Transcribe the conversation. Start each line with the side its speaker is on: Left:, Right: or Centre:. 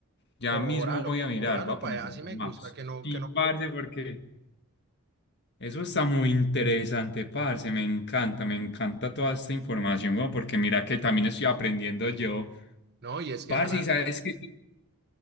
Left: Ya
Right: Corroboralo,
Left: mismo voy
Right: corroboralo,
Left: a mirar. Voy a
Right: para
Left: poner
Right: así me
Left: maps.
Right: gusta que no,
Left: Sí,
Right: que no.
Left: parce, porque Eso está muy interesante, parce. Me encanta, me encanta toda esta información, weón, porque mira que también estoy aprendiendo yo.
Right: No, y es que
Left: Parce,
Right: esa la...
Left: y sabes que